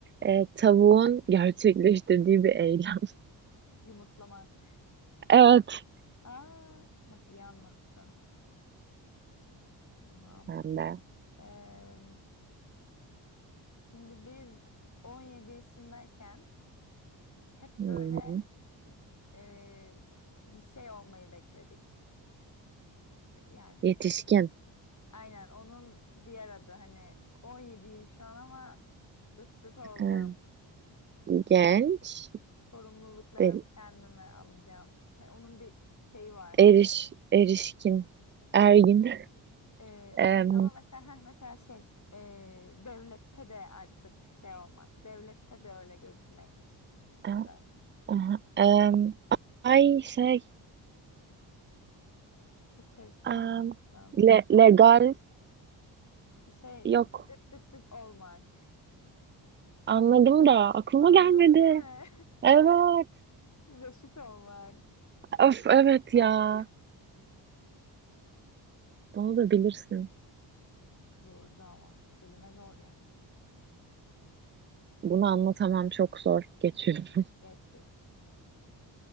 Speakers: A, on the right; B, on the left.
A: Ee, tavuğun gerçekleştirdiği bir eylem. <laughs>
B: yumurtlamak.
A: Evet.
B: Aa, bak iyi anlattın. Tamam.
A: Ben de.
B: Ee, şimdi biz 17 yaşındayken hep
A: Hı-hı.
B: böyle e, bir şey olmayı bekledik. Yani
A: Yetişkin.
B: Aynen onun diğer adı hani 17'yim şu an ama dıt dıt olacağım.
A: Ee, genç.
B: Sorumluluklarımı
A: Değil.
B: kendime alacağım. Hani onun bir şeyi var.
A: Eriş, erişkin. Ergin. <laughs>
B: Ee,
A: Em,
B: evet ama mesela heh, mesela şey ee, devlette de artık şey olmak. Devlette de öyle gözükmek. Ya
A: a-
B: da
A: aha, em, ay şey.
B: çok karışık
A: em,
B: anlattım.
A: le- legal.
B: Şey
A: Yok.
B: dıt dıt dıt olmak.
A: Anladım da aklıma
B: Anladın
A: gelmedi.
B: değil mi?
A: Evet.
B: <laughs> Reşit olmak.
A: Öf evet
B: Ben-
A: ya. Bunu da bilirsin.
B: <laughs> Zordu ama. Kelime zor yani.
A: Bunu anlatamam çok zor. Geçiyorum.
B: Geç geç.